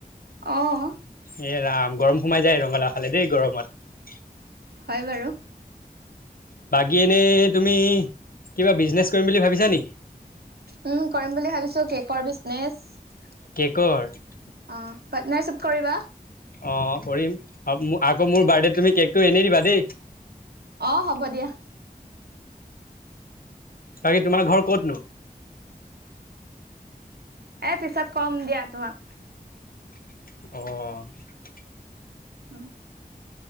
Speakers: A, on the right (about 80°); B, on the left (about 65°).
A: অঁহ।
B: এ ৰাম গৰম সোমাই যায়, ৰঙালাও খালে দেই গৰমত।
A: হয় বাৰু।
B: বাকি এনে তুমি কিবা বিজনেছ কৰিম বুলি ভাবিছা নেকি?
A: উম কৰিম বুলি ভাবিছো, কেকৰ বিজনেছ।
B: কৰ?
A: অ পাৰ্টনাৰশ্বিপ কৰিবা?
B: অঁ কৰিম। আকৌ মোৰ বাৰ্থডেত তুমি কেকটো এনেই দিবা দেই।
A: অ হ'ব দিয়া।
B: বাকি তোমাৰ ঘৰ ক'তনো?
A: এ পিছত কম দিয়া তোমাক।
B: অহ।
A: উম